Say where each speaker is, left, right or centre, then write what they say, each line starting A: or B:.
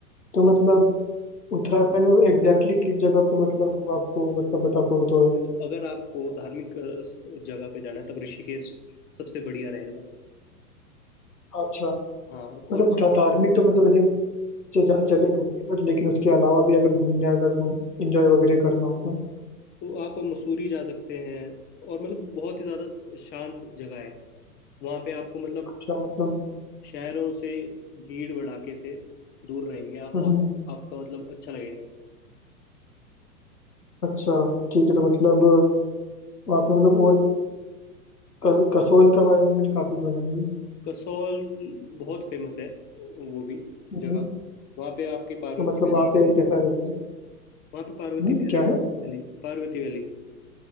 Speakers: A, on the left (about 80°); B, on the left (about 20°).
A: तो
B: हाँ
A: मतलब उत्तराखंड में एग्जैक्टली किस जगह पे मतलब आपको मतलब बता सको थोड़ा
B: तो अगर आपको धार्मिक अ, स- जगह पे जाना है तब ऋषिकेश सबसे बढ़िया रहेगा
A: अच्छा
B: हाँ और
A: मतलब
B: वहाँ-
A: धा- धार्मिक तो मतलब ऐसे जो जा चले आएंगे बट लेकिन उसके अलावा भी अगर घूमने अगर घूम इंजॉय वगैरह करना होगा
B: तो आप मसूरी जा सकते हैं और मतलब बहुत ही ज़्यादा शांत जगह है वहाँ पे आपको मतलब
A: अच्छा मतलब
B: शहरों से भीड़ भड़ाके से दूर रहेंगे आप
A: हम्म,
B: और आपका मतलब अच्छा लगेगा
A: अच्छा ठीक है तो मतलब वहाँ पे मतलब और क- कसोल के बारे में मैंने काफी सुना है
B: कसौल बहुत फेमस है वो भी
A: हम्म,
B: जगह वहाँ पे आपके पार्वती
A: तो मतलब
B: वैली
A: वहाँ पे
B: है।
A: कैसा है
B: वहाँ पे पार्वती
A: हम्म,
B: वैली
A: क्या
B: है,
A: है
B: वो वैली पार्वती वैली